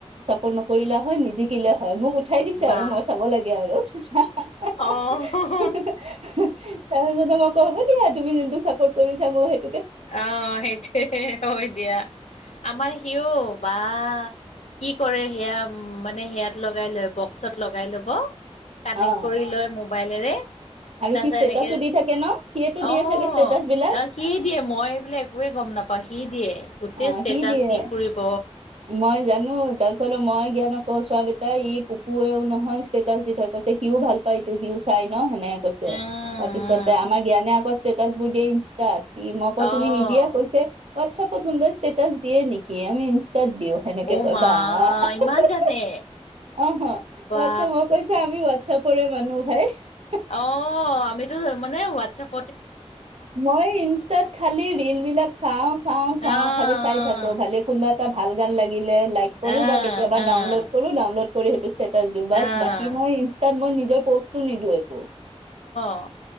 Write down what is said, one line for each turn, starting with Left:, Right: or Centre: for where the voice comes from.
Right: চাপৰ্ট নকৰিলা হয়, নিজি <unintelligible> থাকিলে হয় মোক উঠাই দিছে
Left: বা
Right: আৰু মই চাব লাগে আৰু <inaudible> <unintelligible> তাৰপিছতে
Left: অ
Right: মই ক' দিয়া তুমি যোনটো চাপৰ্ট কৰিছা মইও সেইটো <unintelligible>
Left: আহ সেইটোৱেই হয় দিয়া <unintelligible> আমাৰ সিও বা কি কৰে সেয়া উম মানে সেয়াত লগাই লৈ <unintelligible> বক্সত লগাই ল'ব কানেক্ট
Right: অ
Left: কৰি লৈ মোবাইলেৰে <unintelligible>
Right: আৰু
Left: তাৰপিছত
Right: সি ষ্টেটাচো
Left: এনেকে
Right: দি থাকে ন সিয়েতো
Left: আহ
Right: দিয়ে চাগে ষ্টেটাচ বিলাক
Left: <unintelligible> সি দিয়ে মই এইবোলে একোৱেই গম নাপাওঁ সি দিয়ে <unintelligible>
Right: আহ
Left: ষ্টেটাচ
Right: কি দিয়ে
Left: দি
Right: <unintelligible>
Left: ফুৰিব।
Right: মই জানো তাৰপিছত মই সিহঁতক <unintelligible> ক্ওঁ চোৱা বেটা ই পুপুৱেও নহয় ষ্টেটাছ দি থাকে কৈছে সিও ভাল পায় এইটো সিও চাই ন <unintelligible> ন সেনেকে কৈছে
Left: উম,
Right: তাৰ পিছতে
Left: উম,
Right: আমাৰ জ্ঞানে আকৌ ষ্টেটাচবোৰ দিয়ে ইনষ্টাত <unintelligible> <unintelligible> মইকৌ
Left: অ',
Right: তুমি নিদিয়া কৈছে হোৱাটছএপত কোনোবাই ষ্টেটাছ দিয়ে নেকি আমি <unintelligible> ইনষ্টাত দিওঁ সেনেকে
Left: অ',
Right: কয়
Left: মা
Right: বা <unintelligible>
Left: ইমান জানে
Right: অহ <unintelligible>
Left: বা
Right: বাচ্ছা মই কৈছো আমি হোৱাটচএপৰে মানুহ ভাই <unintelligible>
Left: অঁ আমিতো মানে হোৱাটছএপ
Right: মই ইনষ্টাত খালি ৰীল বিলাক চাওঁ। চাওঁ চাওঁ
Left: অ',
Right: খালি চাই থাকো
Left: অ'।
Right: ভালি কোনোবা এটা ভাল গান লা গিলে লাইক কৰোঁ
Left: আহ
Right: বা কেতিয়াবা
Left: আহ
Right: ডাউনলোড কৰো ডাউনলড সেইটো ষ্টেটাছ দিওঁ বাছ
Left: আহ
Right: বাকি মই ইষ্টেট মই নিজৰ পষ্টো নিদি একো।
Left: অঃ